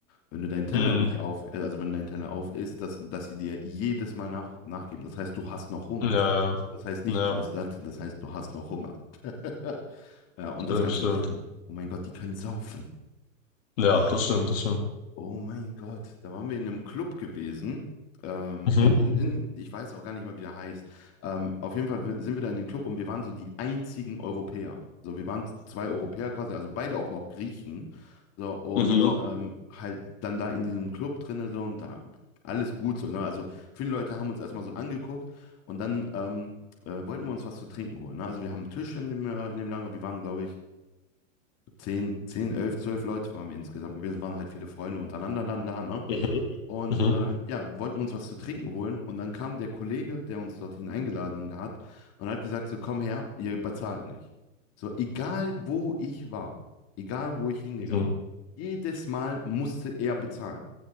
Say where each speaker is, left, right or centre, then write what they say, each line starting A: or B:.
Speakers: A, on the left (about 40°); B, on the left (about 70°).
A: wenn du deinen Teller
B: mh,
A: nicht auf, äh, also wenn dein Teller auf ist, dass, dass sie dir jedes Mal nach, nachgeben. Das heißt, du hast noch Hunger.
B: ja, ja,
A: Das heißt nicht,
B: ja,
A: du bist satt, das heißt, du hast noch Hunger. <laughs> Ja, und
B: stimmt,
A: das ganze
B: stimmt.
A: Trinken. Oh mein Gott, die können saufen.
B: Ja, das stimmt, das stimmt.
A: Oh mein Gott, da waren wir in einem Club gewesen. Ähm,
B: Mhm.
A: in, in, in, ich weiß auch gar nicht mal, wie der heißt. Ähm, auf jeden Fall sind wir da in den Club und wir waren so die einzigen Europäer. So, wir waren zwei Europäer quasi, also beide auch noch Griechen. So, und
B: Mhm.
A: ähm, halt dann da in diesem Club drinne so und da alles gut so. Ne? Also viele Leute haben uns erstmal so angeguckt und dann ähm, äh, wollten wir uns was zu trinken holen. Ne? Also wir haben einen Tisch in dem, äh, in dem Lager. Wir waren, glaube ich, 10 10 11 12 Leute waren wir insgesamt gewesen, Es waren halt viele Freunde untereinander dann da, ne?
B: Mhm.
A: Und
B: Mhm.
A: äh, ja, wollten uns was zu trinken holen. Und dann kam der Kollege, der uns dorthin eingeladen hat, und hat gesagt: So, komm her, ihr bezahlt nicht. So, egal wo ich war, egal wo ich hingegangen
B: Mhm.
A: bin, jedes Mal musste er bezahlen.